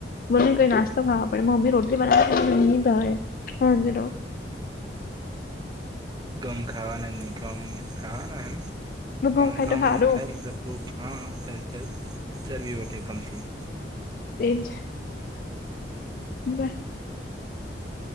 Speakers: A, on the left; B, on the right.
A: બોને કોઈ નાસ્તોાકરવા પડે મમ્મી રોટ બના. હા જનો.
B: ગમ ખાવાના ન ગમ ખાવાના એમ પણ
A: ઘઉં ખાય
B: ઘમ
A: તો હારું
B: ખાય. ઓ હા હા તો ચ ચરવીી વઠ ગમથી.
A: એજ. હ.